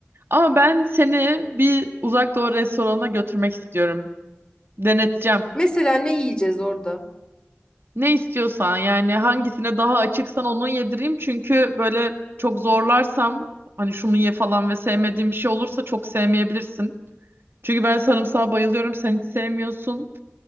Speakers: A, on the right; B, on the left.
A: Ama ben seni bir uzak doğu restoranına götürmek istiyorum. Deneteceğim.
B: Mesela ne yiyeceğiz orada?
A: Ne istiyorsan yani hangisine daha açıksan onu yedireyim. Çünkü böyle çok zorlarsam hani şunu ye falan ve sevmediğim bir şey olursa çok sevmeyebilirsin. Çünkü ben sarımsağa bayılıyorum sen hiç sevmiyorsun.